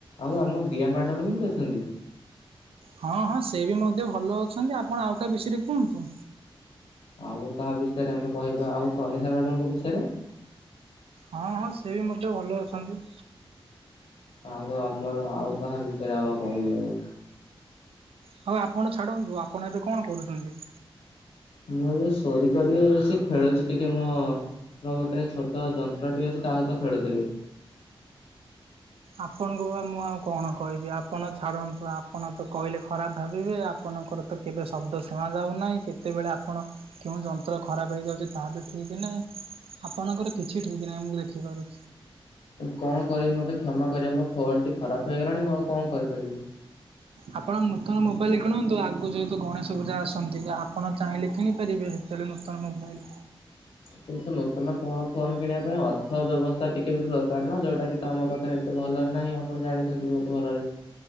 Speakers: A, on the left; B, on the right.
A: ଆଉ ଆମ ଦିଆ ମ୍ୟାଡ଼ମ୍ କେମିତି ଅଛନ୍ତି?
B: ହଁ ହଁ ସେ ବି ମଧ୍ୟ ଭଲ ଅଛନ୍ତି ଆପଣ ଆଉ କା ବିଷୟରେ କୁହନ୍ତୁ।
A: ଆଉ କାହା ବିଷୟରେ ଆମେ କହିବା ଆଉ ତନିଷା ମ୍ୟାଡ଼ମଙ୍କ ବିଷୟରେ।
B: ହଁ ହଁ ସେ ବି ମଧ୍ୟ ଭଲ ଅଛନ୍ତି।
A: ଆଉ ଆମର ଆଉ କାହା ବିଷୟରେ ଆଉ‌ ଆଉ କହିବି ଆଉ?
B: ହଉ ଆପଣ ଛାଡ଼ନ୍ତୁ ଆପଣ ଏବେ କଣ କରୁଚନ୍ତି?
A: ମୁଁ ଏବେ ଶୋଇ କରି ସିଏ ଖେଳୁଛି ଟିକେ ମୁଁ ମୁଁ ଗୋଟେ ଛୋଟ ଯନ୍ତ୍ରଟି ଅଛି ତା ସହିତ ଖେଳୁଥିଲି।
B: ଆପଣଙ୍କୁ ବା ଆଉ ମୁଁ ଆଉ କଣ କହିବି ଆପଣ ଛାଡ଼ନ୍ତୁ, ଆପଣ ତ କହିଲେ ଖରାପ ଭାବିବେ ଆପଣଙ୍କର ତ କେବେ ଶବ୍ଦ ଶୁଣ ଯାଉ ନାହିଁ, କେତେବେଳେ ଆପଣ କେଉଁ ଯନ୍ତ୍ର ଖରାପ ହେଇଯାଉଛି ତାହା ବି ଠିକ୍ ନାହିଁ। ଆପଣଙ୍କର କିଛି ଠିକ ନାହିଁ ମୁଁ ଦେଖିପାରୁ
A: କଣ କରିବି ମତେ କ୍ଷମା କରିବେ ମୋ ଫୋନ ଟି ଖରାପ ହେଇଗଲାଣି ମୁଁ ଆଉ କଣ କରିପାରିବି?
B: ଆପଣ ନୂତନ ମୋବାଇଲ କିଣନ୍ତୁ। ଆଗକୁ ଯେହେତୁ ଗଣେଶ ପୂଜା ଆସନ୍ତି କି ଆପଣ ଚାହିଁଲେ କିଣିପାରିବେ। ତେଣୁ ନୂତନ ମୋବାଇଲ
A: କିନ୍ତୁ ନୂତନ ଫୋ ଫୋନ କିଣିବା ପାଇଁ ଅର୍ଥ ବ୍ୟବସ୍ଥା ଟିକେ ବି ତ ଦରକାର ନା, ଯୋଉଟା କି ତ ଆମ ପାଖରେ ଏତେ ଭଲରେ ନାହିଁ ଆପଣ ଜାଣିଛନ୍ତି ବହୁତ ଭଲରେ।